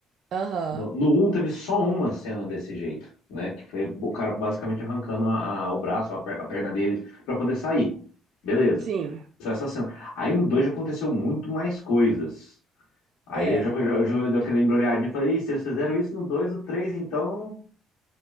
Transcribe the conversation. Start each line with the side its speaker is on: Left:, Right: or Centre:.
Right: Aham.
Left: No, no 1 teve só uma cena desse jeito, né? Que foi o cara basicamente arrancando a- a- o braço, a, per- a perna dele, pra poder sair. Beleza.
Right: Sim,
Left: Só essa cena. Aí no 2 já aconteceu muito mais coisas. Aí
Right: é.
Left: eu já, já, eu já dei aquela embrulhadinha e falei, "Ih, se eles fizeram isso no 2, o 3, então